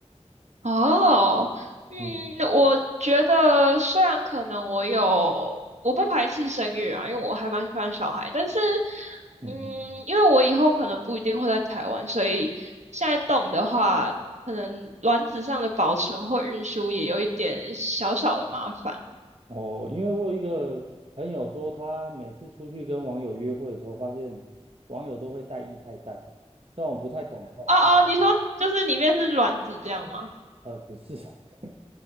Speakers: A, on the right; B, on the right.
A: 哦，嗯，
B: 嗯。
A: 我觉得虽然可能我有，我不排斥生育啊，因为我还蛮喜欢小孩，但是，
B: 嗯嗯，
A: 嗯，
B: 嗯
A: 因为我以后可能不一定会在台湾，所以现在动的话，可能卵子上的保存或运输也有一点小小的麻烦。
B: 哦，因为我有一个朋友说，他每次出去跟网友约会的时候，发现网友都会带液态氮，但我不太懂他他的，
A: 哦哦，你说就是里面是卵子这样吗？
B: 呃，不是，<laughs>